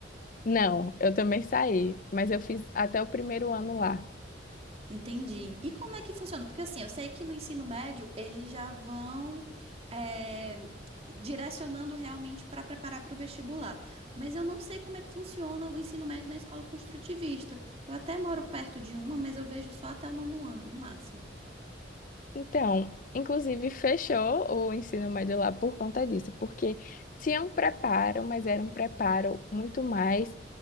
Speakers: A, on the left; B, on the right.
A: Não, eu também saí, mas eu fiz até o primeiro ano lá.
B: Entendi. E como é que funciona? Porque assim, eu sei que no ensino médio eles já vão eh, direcionando realmente para preparar para o vestibular. Mas eu não sei como é que funciona o ensino médio na escola construtivista. Eu até moro perto de uma, mas eu vejo só até o nono ano, no máximo.
A: Então, inclusive, fechou o ensino médio lá por conta disso, porque tinha um preparo, mas era um preparo muito mais